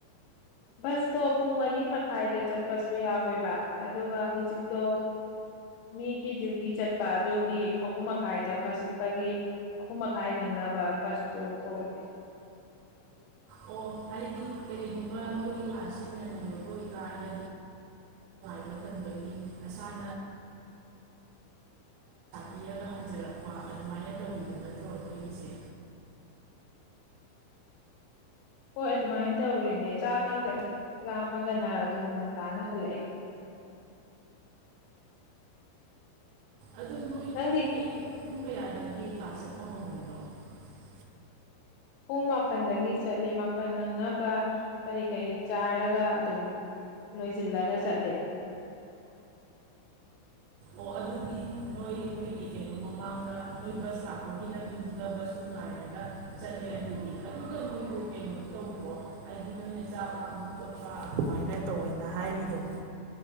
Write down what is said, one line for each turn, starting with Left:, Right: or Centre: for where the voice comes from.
Left: ꯕꯁꯇꯣ ꯄꯨꯡ ꯃꯔꯤ ꯃꯈꯥꯏꯗ ꯆꯠꯄꯁꯨ ꯌꯥꯎꯋꯦꯕ ꯑꯗꯨꯒ ꯍꯧꯖꯤꯛꯇꯣ ꯃꯤꯒꯤ ꯗ꯭ꯌꯨꯇꯤ ꯆꯠꯄ ꯑꯗꯨꯒꯤ ꯑꯍꯨꯝ ꯃꯈꯥꯏꯗ ꯕꯁ ꯆꯠꯄꯒꯤ ꯑꯍꯨꯝ ꯃꯈꯥꯏ ꯅꯪꯅꯕ ꯕꯁꯇꯨ ꯊꯣꯛꯂꯛꯑꯦ
Right: ꯑꯣ ꯀꯔꯤꯒꯨꯝꯕ ꯀ꯭ꯂ ꯃꯇꯝꯥꯅꯣꯉꯥꯟꯅ ꯐꯇ ꯄꯩꯁꯥ ꯄꯤꯔ ꯍꯟꯔꯛꯄ ꯑꯗꯨꯃꯥꯏꯅ ꯇ ꯅꯠꯇ꯭ꯔꯣꯒꯤꯁ
Left: ꯍꯣꯏ ꯑꯗꯨꯃꯥꯏꯅ ꯇꯧꯔꯤꯅꯦ ꯆꯥ ꯀꯥꯗ ꯂꯥꯝꯃꯒꯅ ꯑꯗꯨꯝ ꯉꯟꯇꯥꯅ ꯍꯜꯂꯛꯑꯦ
Right: ꯑꯗꯨ ꯅꯣꯏ
Left: ꯅꯪꯗꯤ
Right: <inaudible>
Left: ꯄꯨꯡ ꯃꯥꯄꯜꯗꯒꯤ ꯆꯠꯂꯦ ꯃꯥꯄꯜ ꯅꯪꯅꯕ ꯀꯔꯤ ꯀꯔꯤ ꯆꯥꯔꯒ ꯑꯗꯨꯝ ꯂꯣꯏꯁꯤꯜꯂꯒ ꯆꯠꯂꯦ
Right: ꯑꯣ ꯑꯗꯨꯗꯤ ꯅꯣꯏ ꯅꯣꯏꯒꯤ ꯀꯩꯅꯣ ꯃꯃꯥꯡꯗ ꯅꯣꯏ ꯕꯨꯁ ꯂꯛꯄꯒꯤ ꯂꯝꯕꯤꯗꯨꯗ ꯕꯨꯁꯇꯨ ꯉꯥꯏꯔꯒ ꯆꯠꯂꯦ ꯑꯗꯨꯗꯤ ꯑꯗꯨꯒ ꯅꯣꯏꯗꯨ ꯀꯩꯅꯣꯗꯤ ꯇꯧꯕꯔꯣ ꯍꯥꯏꯗꯤ ꯆꯥꯛ ꯂꯝꯕ ꯈꯣꯠꯄ ꯑꯗꯨꯃꯥꯏꯅ ꯇꯧꯏꯅꯥ ꯍꯥꯏꯔꯤꯗꯨ